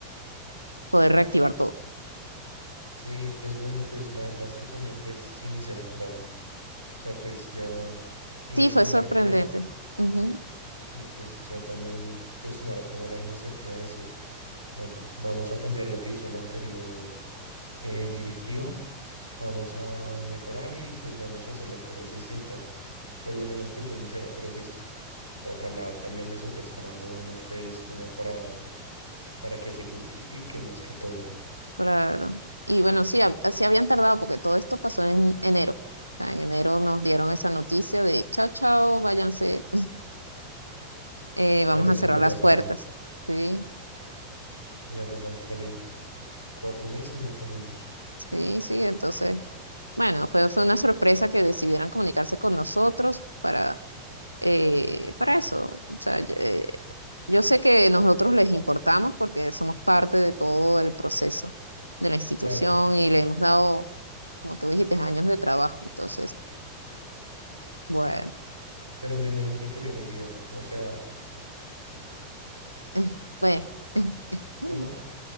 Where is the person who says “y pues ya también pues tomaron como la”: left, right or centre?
Right